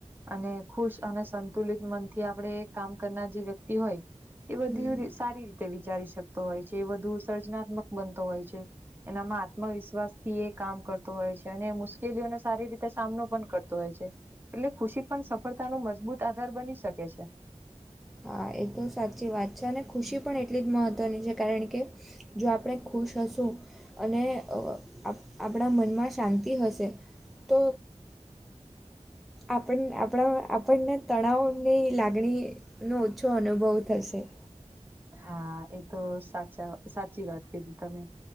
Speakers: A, on the right; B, in the centre.
A: અને ખુશ અને સંત તુલિત મનથી આપણે કામ કરનાર જે વ્યક્તિ હોય એ બધીવ
B: હમ
A: સારી રીતે વિચારી શકિયે તો એ જે વધુ સર્જનાત્મક બનતો હોય છે. એનામાં આત્મવિશ્વાસથી એ કામ કરતો હોય છે, અને મુશ્કેલીઓને સારી રીતે તે સામનો પણ કરતો હોય છે, એટલે ખુશી પણ સફળતા નો મજબૂત આધાર બની શકે છે.
B: હા એ તો સાચી વાત છે, અને ખુશી પણ એટલી જ મહત્ત્વની છે. કારણ કે જો આપણે ખુશ હશું. અને અ આપઆપણા મનમાં શાંતિ હશે તો આપન આપણા આપણને તણાવની લાગણી નો ઓછો અનુભવ થશે.
A: હા એ તો સાચા સાચી વાત કીધી તમે